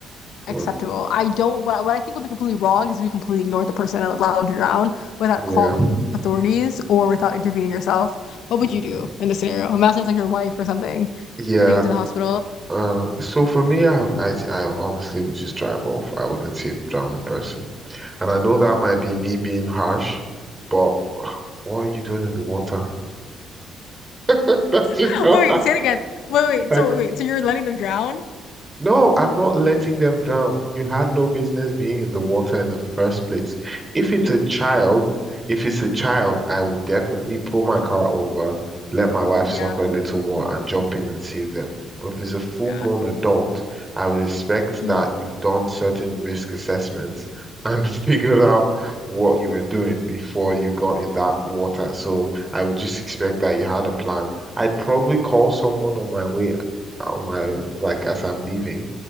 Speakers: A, on the right; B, on the left.
A: Well,
B: acceptable. I don't what I- what I think would be completely wrong is if you completely ignore the person and allow them to drown without
A: yeah.
B: calling authorities or without
A: Mm.
B: intervening yourself. What
A: Okay.
B: would you do in this scenario? Imagine it's like your wife or something
A: Yeah.
B: you're taking to the hospital.
A: Uh, so for me, I, I, I honestly would just drive off. I wouldn't save drown in person. And I know that might be me being harsh, but <sighs> what are you doing in the water? <laughs> That's just
B: <laughs>
A: how
B: Wait, wait, say it again. Wait, wait.
A: I
B: So wait, so you're letting them drown?
A: No, I'm not letting them drown. You had no business being in the water in the first place. If it's a child, if it's a child, I would definitely pull my car over, let my wife
B: Yeah,
A: suffer a little more, and jump in and save them. But if it's a full-grown
B: yeah.
A: adult, I would expect
B: Mm,
A: that you've done certain risk assessments and <laughs> figured out what you were doing before you got in that water. So I would just expect that you had a plan. I'd probably call someone on my way on my like as I'm leaving,